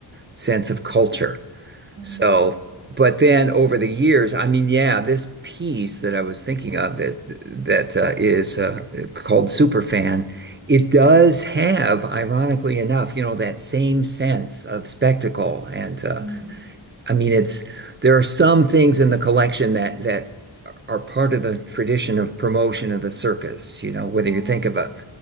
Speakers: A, on the right (about 25°); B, on the right (about 65°).
A: sense of culture.
B: Mm.
A: So, but then over the years, I mean, yeah, this piece that I was thinking of that that uh, is uh, called Superfan, it
B: Super.
A: does have, ironically enough, you know, that same sense of spectacle and uh,
B: hmm
A: I mean, it's there are some things in the collection that that are part of the tradition of promotion of the circus. You know, whether
B: Mm.
A: you think of a